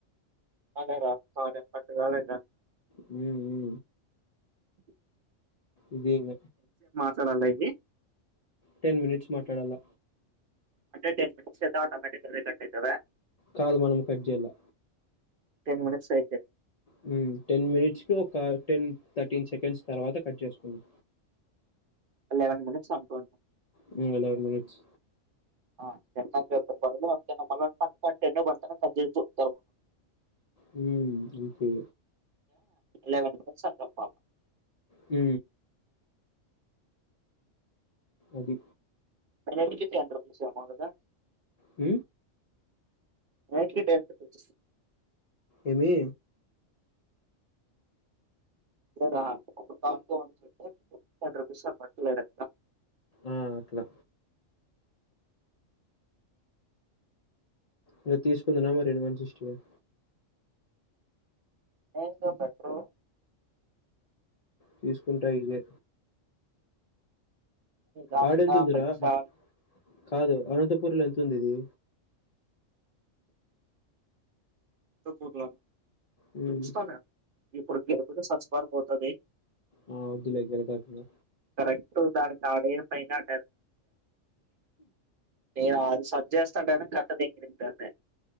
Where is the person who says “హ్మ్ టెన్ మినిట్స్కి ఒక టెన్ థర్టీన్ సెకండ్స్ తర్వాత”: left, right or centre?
Left